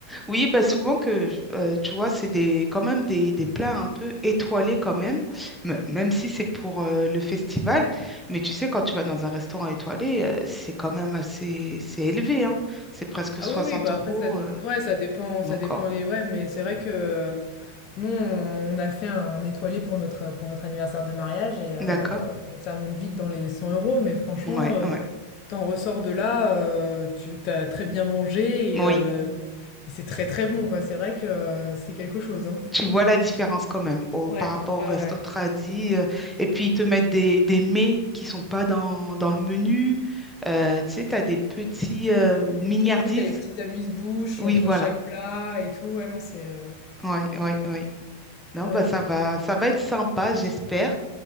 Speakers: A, in the centre; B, on the left.
A: Oui, bah souvent que, je- euh, tu vois, c'est des, quand même des, des plats un peu étoilés quand même, m- même si c'est pour euh, le festival. Mais tu sais, quand tu vas dans un restaurant étoilé, euh, c'est quand même assez, c'est élevé, hein. C'est
B: <laughs>
A: presque
B: Ah
A: 60
B: oui, oui, bah
A: euros,
B: après, ça,
A: euh,
B: ouais, ça dépend,
A: et
B: ça
A: encore.
B: dépend les... Ouais, mais c'est vrai que... Nous, on a fait un étoilé pour notre, pour notre anniversaire de mariage et euh,
A: D'accord?
B: bon, ça monte vite dans les 100 euros, mais franchement,
A: Ouais,
B: euh,
A: ouais.
B: t'en ressors de là, euh, tu t'as très bien mangé
A: Oui,
B: et, euh, et c'est très très bon, quoi. C'est vrai que euh, c'est quelque chose, hein.
A: tu vois la différence quand même au,
B: Ouais,
A: par rapport
B: ouais,
A: au resto
B: ouais.
A: tradi. euh, et puis, ils te mettent des, des mets qui sont pas dans, dans le menu. Euh, tu sais, tu as des petits euh, mignardises.
B: Oui, t'as les petites amuse-bouches
A: Oui,
B: entre
A: voilà.
B: chaque plat et tout. Ouais, non, c'est... euh,
A: Oui, oui, oui. Non,
B: Ouais.
A: bah ça va, ça va être sympa, j'espère.